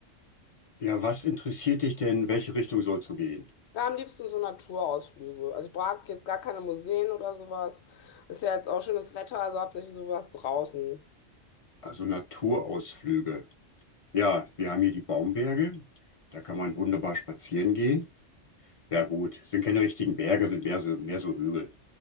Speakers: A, on the left; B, on the left.
A: Ja, was interessiert dich denn, in welche Richtung sollst du gehen?
B: Ja, am liebsten so Naturausflüge. Also ich mag jetzt gar keine Museen oder sowas. Ist ja jetzt auch schönes Wetter, also hauptsächlich sowas draußen.
A: Also Naturausflüge. Ja, wir haben hier die Baumberge. Da kann man wunderbar spazieren gehen. Ja, gut, sind keine richtigen Berge, sind mehr so, mehr so Hügel.